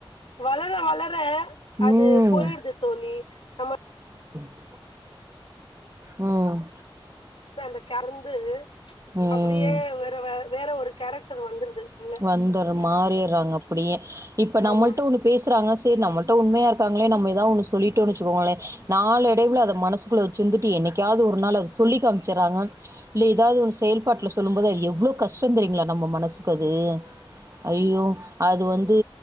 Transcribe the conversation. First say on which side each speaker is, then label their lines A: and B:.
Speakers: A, on the left; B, on the right.
A: வளர வளர
B: ம்
A: அது போயிடுது தோழி நம்ம
B: போ ம்
A: அந்த கறந்து
B: ம்
A: அப்டியே வேரவ வேற ஒரு கேரக்டர் வந்துருது உள்ள
B: வந்துற மாறிடுறாங்க அப்டியே இப்ப நம்மளிட்ட
A: ஆமா
B: ஒண்ணு பேசுறாங்க செரி நம்மள்ட உண்மையா இருக்காங்களே நம்ம ஏதாது ஒ சொல்லிட்டோன்னு வச்சுக்கோங்களேன் நாலு இடைவுல அதை மனசக்குள்ள வச்சிருந்துட்டு என்னைக்கையாவது ஒரு நாள் அத சொல்லி காமிச்சடுறாங்க இல்ல ஏதது செயல்பாட்டல சொல்லும்போது எவ்ளோ கஷ்டம் தெரியங்களா நம்ம மனசு க்குது ஐயோ அது வந்து